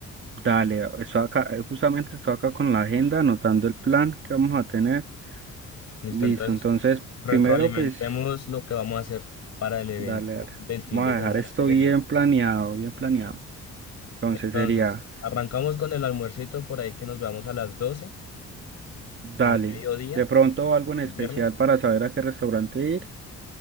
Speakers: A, on the right (about 40°); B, on the left (about 55°).
A: dale, estoy acá, eh, justamente estoy acá con la agenda, anotando el plan que vamos a tener.
B: Listo,
A: Listo,
B: entonces
A: entonces
B: retroalimentemos
A: primero pues,
B: lo que vamos a hacer para el evento
A: dale, dale.
B: del fin
A: Vamos
B: de
A: a
B: semana
A: dejar esto
B: que se
A: bien
B: viene.
A: planeado, bien planeado. Entonces
B: Entonces,
A: sería,
B: arrancamos con el almuercito por ahí que nos veamos a las 12
A: dale,
B: al mediodía
A: de pronto algo en
B: del
A: especial
B: viernes.
A: para saber a qué restaurante ir.